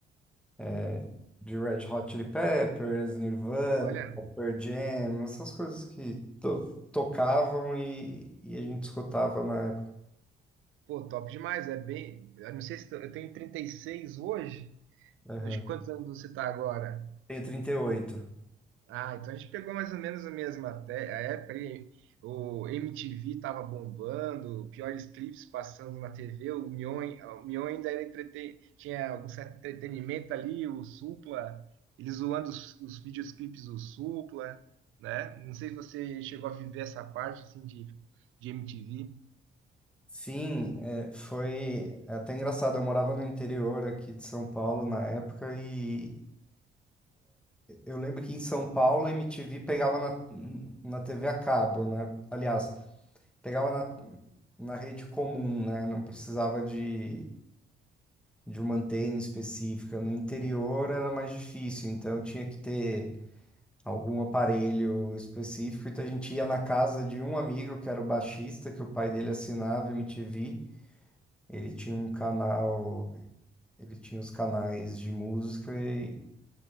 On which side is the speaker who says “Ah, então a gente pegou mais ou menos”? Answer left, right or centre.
Right